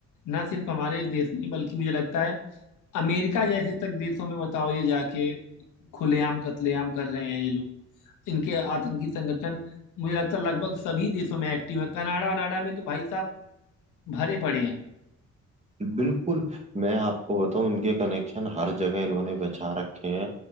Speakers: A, on the left (about 85°); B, on the right (about 20°).
A: ना सिर्फ हमारे देश में बल्कि मुझे लगता है अमेरिका जैसे तक देशों में बताओ ये जाके खुलेआम कत्लेआम कर रहे हैं ये लोग इनके आतंकी संगठन मुझे लगता है लगभग सभी देशों में एक्टिव है कनाडा वनाडा में तो भाई साहब भरे पड़े हैं
B: बिल्कुल मैं आपको बताऊं इनके कनेक्शन हर जगह इन्होंने बिछा रखे हैं